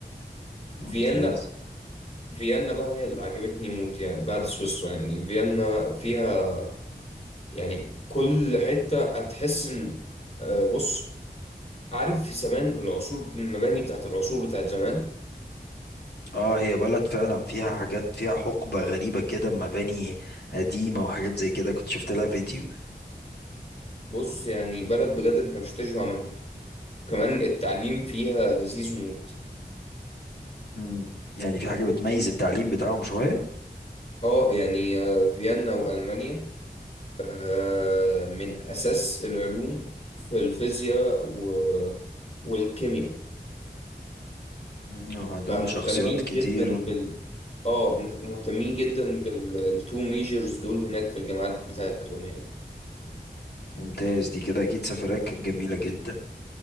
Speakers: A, on the left; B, on the left.
A: ممتاز
B: فيينا فيينا بقى هي اللي عجبتني موت يعني بعد سويسرا يعني فيينا فيها يعني كل حته هتحس ان آه، بص عارف زمان العصور المباني بتاعت العصور بتاعت زمان
A: اه هي بلد فعلا فيها حاجات فيها حقبة غريبة كده مباني قديمة وحاجات زي كده كنت شفت لها فيديو
B: بص يعني بلد بجد انت مش هتشبع منها كمان التعليم فيها لذيذ موت
A: مم. يعني في حاجة بتميز التعليم بتاعهم شوية
B: اه يعني آه، فيينا وألمانيا آه، من أساس العلوم في الفيزياء و... والكيمياء
A: مم. وعندهم
B: فمهتمين
A: شخصيات كتير
B: جدا بال اه مه- مهتمين جدا بالتو ميجرز دول هناك في الجامعات بتاعتهم يعني
A: ممتاز دي كده أكيد سفريات كانت جميلة جدا